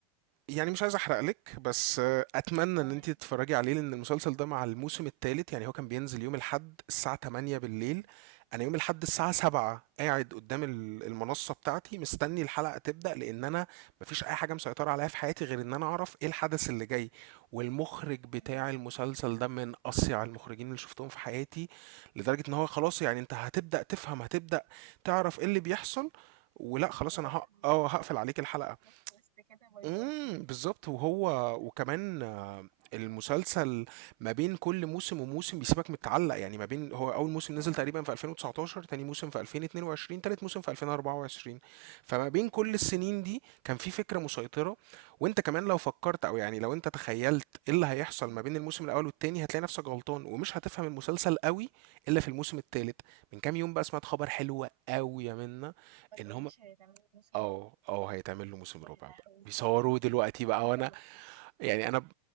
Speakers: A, on the right; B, on the right.
A: يعني مش عايز احرق لك بس آه، اتمنى
B: تمام
A: ان انت تتفرجي عليه لان المسلسل ده مع الموسم الثالث يعني هو كان بينزل يوم الاحد الساعه 8 بالليل
B: مم.
A: انا يوم الاحد الساعه 7 قاعد قدام ال- المنصه بتاعتي مستني الحلقه تبدا لان انا مفيش اي حاجه مسيطره عليها في حياتي غير ان انا اعرف ايه الحدث اللي جاي والمخرج بتاع
B: مم.
A: المسلسل ده من اصيع المخرجين اللي شفتهم في حياتي لدرجه ان هو خلاص يعني انت هتبدا تفهم هتبدا تعرف ايه اللي بيحصل ولا خلاص
B: يروح
A: انا هق... اه هقفل عليك الحلقه
B: بلوت تويست كده باي
A: امم
B: باي
A: بالظبط وهو وكمان آه، المسلسل ما بين كل موسم وموسم بيسيبك متعلق يعني ما بين هو اول موسم
B: مم.
A: نزل تقريبا في 2019 تاني موسم في 2022 تالت موسم في 2024 فما بين
B: <laughs>
A: كل
B: مم.
A: السنين دي كان في فكرة مسيطرة وانت كمان لو فكرت او يعني لو انت تخيلت ايه اللي هيحصل
B: مم.
A: ما بين الموسم الاول والتاني هتلاقي نفسك غلطان ومش هتفهم المسلسل قوي الا في الموسم التالت من كام يوم بقى سمعت خبر حلو قوي يا منا
B: ما تقوليش
A: ان هم
B: هتعملي موسم
A: اه
B: رابع
A: اه هيتعمل له موسم
B: يا
A: رابع
B: لهوي
A: بقى بيصوروه دلوقتي
B: لسه
A: بقى
B: ما
A: وانا
B: خلصتوش
A: يعني انا ب...